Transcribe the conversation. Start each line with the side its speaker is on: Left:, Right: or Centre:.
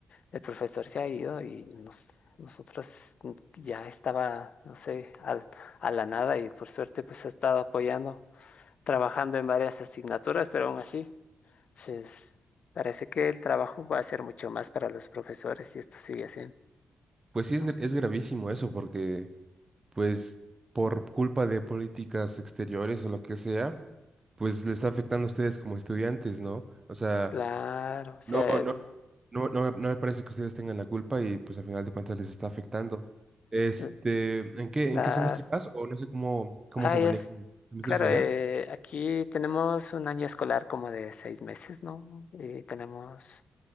Left: el profesor se ha ido y nos- nosotros ya estaba, no sé, al- a la nada y por suerte pues ha estado apoyando trabajando en varias asignaturas, pero aún así se es- parece que el trabajo va a ser mucho más para los profesores si esto sigue así.
Right: Pues sí, es,
Left: Mm,
Right: gra- es gravísimo eso, porque pues por culpa de políticas exteriores o lo que sea, pues les está afectando a ustedes como estudiantes, ¿no? O sea,
Left: Claro, o sea,
Right: No, no,
Left: el-
Right: no, no, me no me parece que ustedes tengan la culpa y pues al final de cuentas les está afectando. Este,
Left: l-
Right: ¿en qué,
Left: claro.
Right: en qué semestre vas? O no sé cómo, cómo
Left: Ah,
Right: se manejan
Left: ya es,
Right: los
Left: claro,
Right: semestres allá.
Left: eh, aquí tenemos un año escolar como de seis meses, ¿no? Y tenemos,